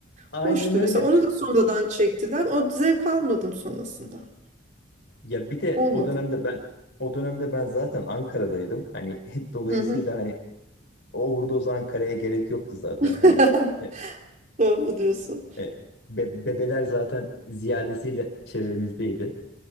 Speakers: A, on the left; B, on the right.
A: aynen
B: Hoştu
A: öyle
B: mesela. Onu da sonradan çektiler. O zevk almadım sonrasında.
A: Ya bir de
B: Olmadı.
A: o dönemde ben o dönemde ben zaten Ankara'daydım. Hani <laughs> dolayısıyla
B: Hı hı.
A: hani o Uğurdoz Ankara'ya gerek yoktu zaten.
B: <laughs>
A: Hani e,
B: Doğru diyorsun.
A: e, be- bebeler zaten ziyadesiyle çevremizdeydi.